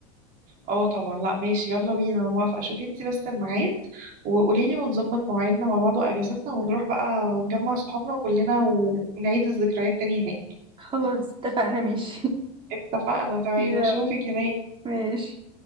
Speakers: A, on the right; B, on the right.
A: اه طبعا لا ماشي يلا بينا انا موافقة شوفي انتي بس الميعاد وقوليلي ونظبط مواعيدنا مع بعض واجازتنا ونروح بقى ونجمع صحابنا كلنا ونعيد الذكريات تاني هناك
B: خلاص اتفقنا ماشي
A: اتفقنا تمام
B: <laughs> يلا
A: اشوفك هناك
B: ماشي